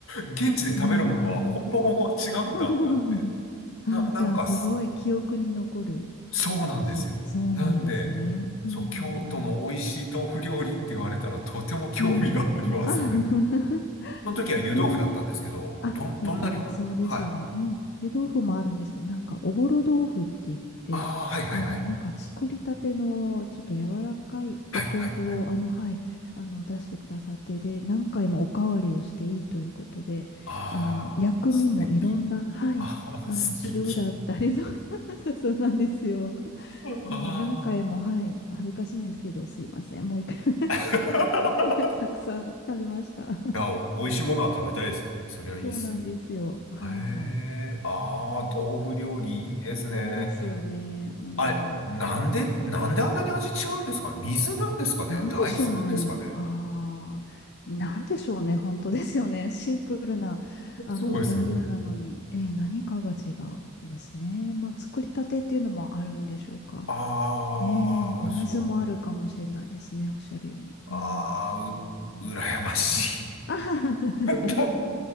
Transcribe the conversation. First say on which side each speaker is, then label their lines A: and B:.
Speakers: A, on the left; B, on the left.
A: 現地で食べるものは本場ものは違うんだってなって、
B: まあ。<laughs> ああ、
A: な、なんか、
B: じゃあ、すごい記憶に残る食事。
A: そうなんですよ。
B: そうなんですね。
A: なんで、
B: うん。
A: そう、京都の美味しい豆腐料理って言われたらとても興味がありますね。
B: ええ。あ、<laughs>
A: その時は湯豆腐だったんですけど、
B: ええ。あ、
A: どん、どんな料理、
B: やっぱりそうですよね。
A: はい。
B: うん。湯豆腐もあるんですけど、なんかおぼろ豆腐って言って、
A: ああ、はいはいはい。
B: あの、なんか作りたてのちょっと柔らかいお豆腐を、
A: はいはいはい。
B: あの、はい、あの、出してくださって、で、何回もおかわりをしていいということで、
A: ああー、
B: あの、薬味もいろんな、
A: 素敵。
B: はい、
A: ああ、
B: あの、
A: 素敵。
B: 塩だったり、そう、<laughs> そうそうなんですよ。
A: ああ。
B: もう何回も、はい、恥ずかしいんですけど、すいません、もう一回 <laughs>
A: <laughs>
B: はいたくさん食べました。
A: いや、お、美味しいものは食べたいですよね。そりゃいいっすよ。
B: <laughs> そうなんですよ。はい。
A: ええ、ああ、
B: うん
A: 豆腐料理いいですね。
B: いいですよね。うん。
A: あれ、なんで、なんであんなに味違うんですかね。水なんですかね。
B: なんでしょうね。
A: 大豆なんですかね。
B: ああ、なんでしょうね。本当ですよね。シンプルな、あの、
A: そうですよね。
B: 材料なのに、えー何かが違うんですね。まあ、作りたてっていうのもあるんでしょうか。
A: ああ、
B: ねえ、お水もあるかもしれないですね。
A: そう。
B: おっしゃるように。
A: ああ、
B: うん。
A: う、羨ましい。
B: <laughs> あはは
A: だ、